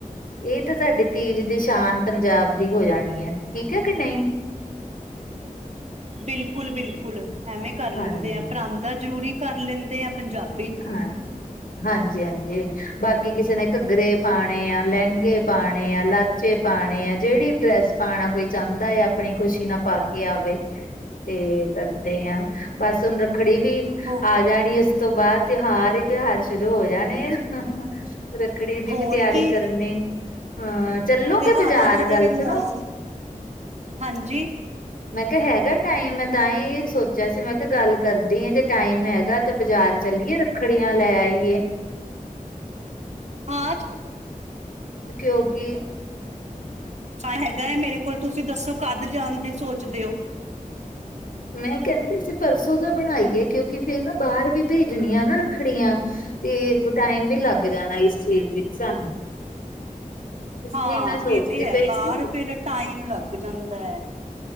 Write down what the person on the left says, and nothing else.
ਇਹ ਤਾਂ ਸਾਡੀ ਤੀਜ ਦੀ ਸ਼ਾਨ ਪੰਜਾਬ ਦੀ ਹੋ ਜਾਣੀ ਐ ਠੀਕ ਐ ਕਿ ਨਈ।
ਹਾਂਜੀ
ਹਾਂ ਹਾਂਜੀ -ਹਾਂਜੀ, ਬਾਕੀ ਕਿਸੇ ਨੇ ਘੱਗਰੇ ਪਾਣੇ ਆ, ਲੈਂਗੇ ਪਾਣੇ ਆ, ਲਾ ਚੇ ਪਾਣੇ ਆ, ਜੇਹੜੀ ਡਰੈਸ ਪਾਣਾ ਕੋਈ ਚਾਂਦਾ ਐ ਆਪਣੀ ਖੁਸ਼ੀ ਨਾਲ ਪਾ ਕੇ ਆਵੇ। ਤੇ ਕਰਦੇ ਆਂ, ਬਸ ਹੁਨ ਰੱਖੜੀ ਵੀ
ਆ ਜਾਨੀ ਉਸ ਤੋਂ ਬਾਦ ਤੇਹਾਰ ਤੇਹਾਰ ਸ਼ੁਰੂ ਹੋ ਜਾਨੇ ਆ, ਰੱਖੜੀ ਦੀ
ਵੀ ਤੇਆਰੀ
ਕਰਨੀ ਹਾਂ, ਚੱਲੋਗੇ
ਬਜਾਰ,
ਗੱਲ
ਸੁਨੋ
ਮੈਂ ਕੇਆ ਹੈਗਾ ਟਾਈਮ ਮੈਂ ਤਾਂ ਹੀ ਸੋਚੇਆ ਸੀ, ਮੈਂ ਕੇਆ ਗੱਲ ਕਰਦੀ ਆਂ ਜੇ ਟਾਈਮ ਹੈਗਾ ਤੇ ਬਜਾਰ ਚੱਲੀਏ, ਰੱਖ ਖੜੀਆਂ ਲੈ ਆਈਏ।
ਕੇਓਂਕੀ
ਮੈਂ ਕੈਂਦੀ ਸੀ ਪਰਸੋਂ ਦਾ ਬਣਾਈਏ ਕਿਉਕਿ ਫੇਰ ਨਾ ਬਾਰ ਵੀ ਭੇਜਨੀਆਂ ਨਾ ਰੱਖੜੀਆਂ। ਤੇ, ਟਾਈਮ ਵੀ ਲੱਗ ਜਾਨਾ ਇਸ ਚੀਜ ਵਿੱਚ ਸਾਨੂੰ। ਇਸ
ਲਈ ਮੈਂ ਸੋਚਦੀ
ਪਈ
ਸੀ